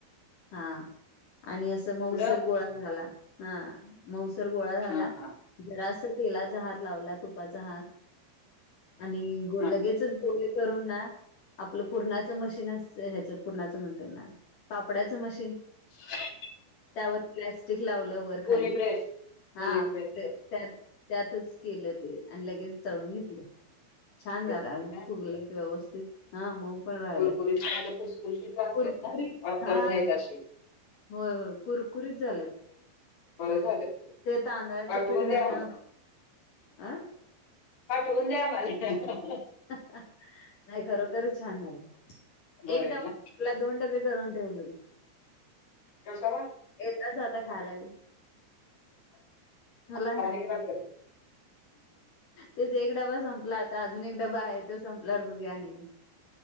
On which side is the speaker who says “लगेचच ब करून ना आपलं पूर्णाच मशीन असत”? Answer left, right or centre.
Left